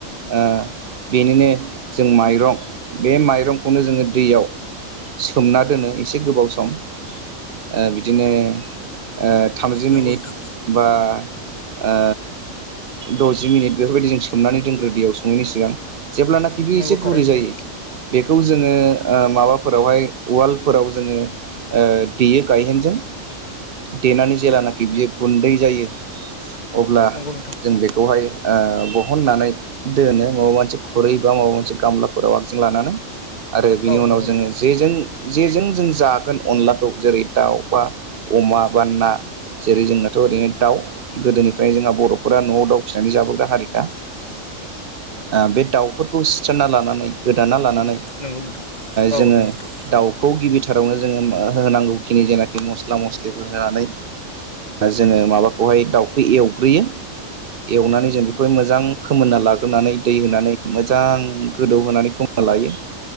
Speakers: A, on the right; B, on the left.
A: ओ बेनिनो जों माइरं बे माइरंखौनो जोङो दैयाव सोमना दोनो एसे गोबाव सम ओ बिदिनो ओ थामजि
B: नंगौ
A: मिनिट
B: नोंथां
A: बा ओ दजि मिनिट बेफोरबायदि जों सोमनानै दोनग्रो दैयाव सङैनि सिगां जेब्लानाखि बे
B: नंगौ
A: एसे
B: थारै
A: गरै
B: नोंथां
A: जायो बेखौ जोङो ओ माबाफोरावहाय उवालफोराव जोङो ओ देयो गायहेनजों देनानै जेलानाखि बियो गुन्दै जायो अब्ला
B: नंगौ नोंथां
A: जों बेखौहाय ओ बहननानै दोनो माबा मोनसे खुरै बा माबा मोनसे गामलाफोराव आगजों लानानै आरो बिनि
B: औ
A: उनाव
B: नंगौ
A: जोङो
B: नोंथां
A: जेजों जेजों जों जागोन अनलाखौ जेरै दाउ बा अमा बा ना जेरै जोंनाथ' ओरैनो दाउ गोदोनिफ्राय जोंहा बर'फोरा न'आव दाउ फिनानै जाबोबोग्रा हारिखा
B: <inaudible> <unintelligible>
A: ओ बे दाउफोरखौ सिथारना लानानै गोदाना ला लानानै
B: नंगौ नोंथां औ
A: जोङो
B: नंगौ नोंथां
A: खौ गिबिथारावनो जोङो होनांगौखिनि जेनाखि मस्ला मस्लिफोर होनानै जोङो माबाखौहाय दाउखौ एवग्रोयो एवनानै जों बेखौ मोजां फोमोनना लाग्रोनानै दै होनानै मोजां गोदौहोनै फो ना लायो